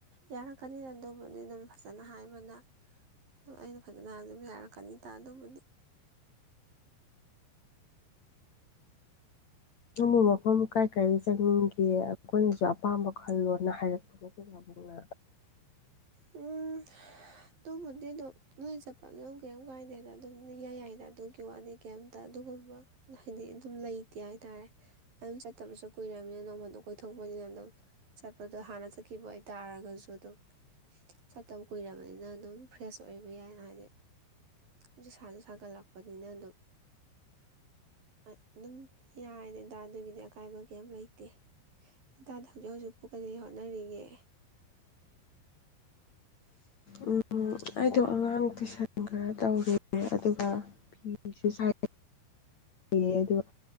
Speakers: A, on the right; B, on the left.
A: ꯌꯥꯔꯛꯀꯅꯤꯗ ꯑꯗꯨꯕꯨꯗꯤ ꯑꯗꯨꯝ ꯐꯖꯅ ꯍꯥꯏꯕꯗ ꯑꯗꯨ ꯑꯩꯅ ꯐꯖꯅ ꯑꯗꯨꯝ ꯌꯥꯔꯛꯀꯅꯤꯗ ꯑꯗꯨꯕꯨꯗꯤ
B: ꯅꯪꯃꯣ ꯃꯐꯝ ꯀꯥꯏ -ꯀꯥꯏꯗ ꯆꯪꯅꯤꯡꯒꯦ ꯑꯩꯈꯣꯏꯅꯁꯨ ꯑꯄꯥꯝꯕ ꯈꯜꯂꯣꯅ ꯍꯥꯏꯔꯛꯄꯅꯦ ꯑꯈꯣꯏ ꯄꯥꯕꯨꯡꯅ
A: ꯎꯝ ꯑꯗꯨꯕꯨꯗꯤ ꯑꯗꯨꯝ ꯅꯣꯏ ꯆꯠꯄ ꯑꯗꯨꯝ ꯀꯩꯝ ꯀꯥꯏꯗꯦꯅ ꯑꯗꯨꯝ ꯏꯌꯥꯏ-ꯌꯥꯏꯗ ꯑꯗꯨꯒꯤ ꯋꯥꯅꯤ ꯀꯩꯝꯇ ꯑꯗꯨꯒꯨꯝꯕ ꯍꯥꯏꯗꯤ ꯑꯗꯨꯝ ꯂꯩꯇꯦ ꯍꯥꯏꯇꯥꯔꯦ ꯑꯗꯨꯝ ꯆꯠꯇꯕꯁꯨ ꯀꯨꯏꯔꯕꯅꯤꯅ ꯅꯣꯡꯐꯥꯗꯣꯛ ꯀꯣꯏꯊꯣꯛꯄꯅꯤꯅ ꯑꯗꯨꯝ ꯆꯠꯄꯗꯣ ꯍꯥꯟꯅ ꯆꯠꯈꯤꯕ ꯑꯣꯏ ꯇꯥꯔꯒꯁꯨ ꯑꯗꯨꯝ ꯆꯠꯇꯕ ꯀꯨꯏꯔꯕꯅꯤꯅ ꯑꯗꯨꯝ ꯐ꯭ꯔꯦꯁ ꯑꯣꯏꯕ ꯌꯥꯏꯅ ꯍꯥꯏꯗꯤ ꯑꯗꯨ ꯁꯥꯁꯨ ꯁꯥꯒꯠꯂꯛꯄꯅꯤꯅ ꯑꯗꯨꯝ ꯑꯗꯨꯝ ꯌꯥꯏꯅꯦꯗ ꯑꯗꯨꯒꯤꯗꯤ ꯑꯀꯥꯏꯕ ꯀꯩꯝ ꯂꯩꯇꯦ <unintelligible> ꯍꯧꯖꯤꯛ ꯍꯧꯖꯤꯛꯄꯨ ꯀꯔꯤ ꯍꯣꯠꯅꯔꯤꯒꯦ
B: ꯎꯝ ꯑꯩꯗꯣ ꯑꯉꯥꯡ ꯇꯨꯏꯁꯟ <unintelligible> ꯇꯧꯔꯤ ꯑꯗꯨꯒ ꯐꯤꯁꯨ ꯁꯥꯏ <unintelligible> ꯑꯗꯨꯒ